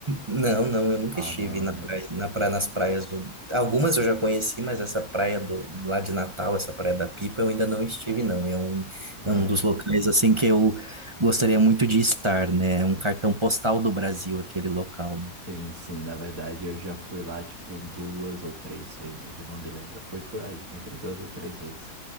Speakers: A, on the right; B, on the right.
A: não, não, eu nunca
B: Ah,
A: estive
B: não,
A: na
B: né?
A: praia, na praia, nas praias do. Algumas eu já conheci, mas essa praia do, lá de Natal, essa praia da Pipa, eu ainda não estive, não. É um,
B: Ah,
A: é um dos locais assim que eu gostaria muito de estar, né? É um cartão postal do Brasil, aquele local, né?
B: sim, sim, na verdade eu já fui lá tipo duas ou três vezes, eu não me lembro. Foi por aí, entre duas ou três vezes.